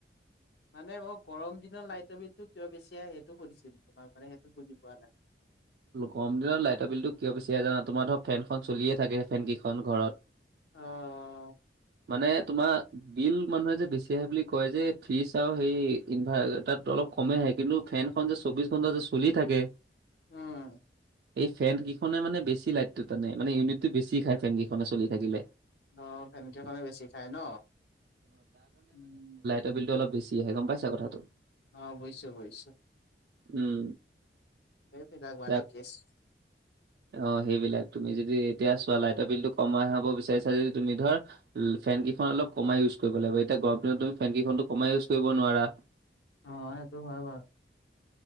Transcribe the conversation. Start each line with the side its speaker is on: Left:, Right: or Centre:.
Left: মানে মই গৰম দিনত লাইটৰ বিলটো কিয় বেছি আহে সেইটো সুধিছিলো তোমাক মানে সেইটো বুজি পোৱা নাই।
Right: গৰম দিনত লাইটৰ বিলটো কিয় বেছি আহে জানা, তোমাৰ ধৰ ফেনখন চলিয়ে থাকে ফেন কেইখন ঘৰত।
Left: আ অহ।
Right: মানে তোমা বিল মানুহে যে বেছি আহে বুলি কয় যে ফ্ৰিজ আৰু সেই ইনভাৰ্টাৰটো অলপ কমে আহে কিন্তু ফেনখন যে চৌবিশ ঘণ্টা যে চলি থাকে।
Left: উম।
Right: এই ফেন কেইখনে মানে বেছি লাইটটো টানে মানে ইউনিটো বেছি খাই ফেন কেইখনে চলি থাকিলে।
Left: ধ ফেন কেইখনে বেছি খাই ন। উম
Right: তে বিলটো অলপ বেছি আহে গম পাইছোঁ কথাটো।
Left: অ বুজিছোঁ বুজিছোঁ,
Right: উম
Left: সেইবিলাক মানে
Right: তাক
Left: কেছ- <inaudible>
Right: অ সেইবিলাক তুমি যদি এতিয়া চোৱা লাইটৰ বিলটো কম আহব বিচাৰিছা যদি তুমি ধৰ ফেনকেইখন অলপ কমাই ইউজ কৰিব লাগিব, এতিয়া গৰম দিনত তুমি ফেন কেইখন কমাই ইউজ কৰিব নোৱাৰা।
Left: অ সেইটো বাৰত।